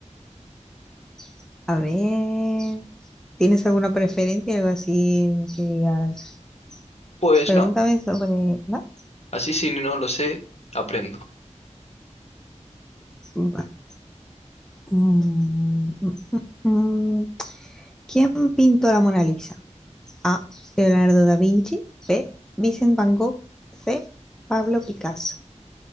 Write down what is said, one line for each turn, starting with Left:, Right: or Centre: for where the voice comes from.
Centre: <laughs> a ver, ¿tienes alguna preferencia, algo así que digas?
Left: Pues
Centre: Pregúntame
Left: no.
Centre: sobre... ¿no?
Left: Así si no lo sé, aprendo.
Centre: Vale. Mm, mm, mm, mm. ¿Quién pintó la Mona Lisa? A. Leonardo da Vinci. B. Vincent Van Gogh. C. Pablo Picasso.